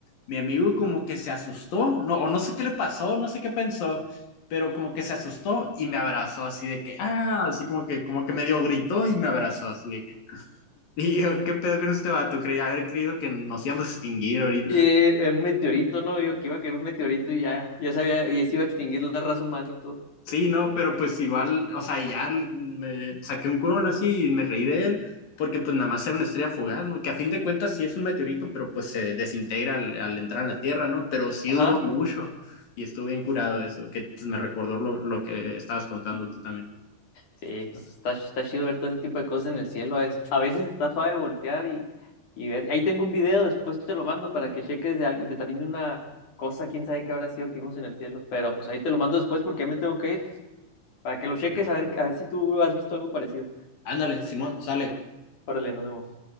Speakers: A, on the left; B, on the left.
A: mi amigo como que se asustó, no, o no sé qué le pasó, no sé qué pensó, pero como que se asustó y me abrazó así de que, ah, así como que, como que medio gritó y me abrazó así de que. <laughs> Y yo, ¿qué pedo con este vato? Creía haber creído que nos íbamos a extinguir ahorita.
B: y eh, un meteorito, ¿no? Yo que iba a caer un meteorito y ya, ya sabía, y se iba a extinguir la raza humana y todo.
A: Sí, no, pero pues igual, o sea, ya me saqué un curón así y me reí de él, porque pues nada más era una estrella fugaz, ¿no? Que a fin de cuentas sí es un meteorito, pero pues se desintegra al, al entrar en la Tierra, ¿no? Pero sí
B: Ajá,
A: duró mucho y estuve bien curado de eso, que pues, me recordó lo, lo que estabas contando tú también.
B: sí, pues está, ch- está chido ver todo ese tipo de cosas en el cielo. A veces, a veces está suave voltear y, y ver. Ahí tengo un video, después te lo mando para que cheques de algo, de también de una cosa, quién sabe qué habrá sido que vimos en el cielo. Pero pues ahí te lo mando después porque ya me tengo que ir, para que lo cheques a ver, a ver si tú has visto algo parecido.
A: Ándale, Simón, sale.
B: Órale, nos vemos.